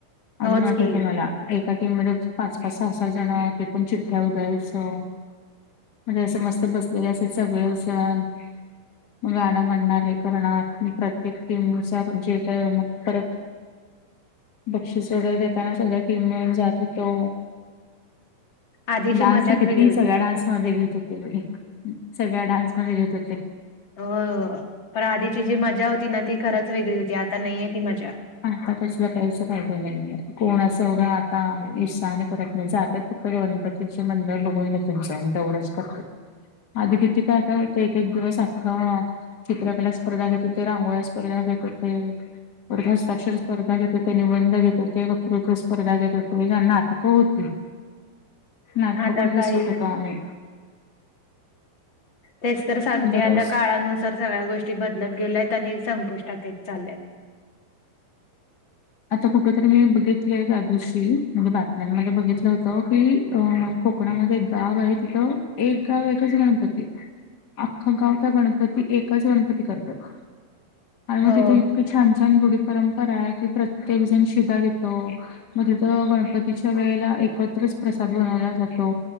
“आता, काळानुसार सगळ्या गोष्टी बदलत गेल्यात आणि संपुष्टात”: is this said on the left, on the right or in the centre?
Left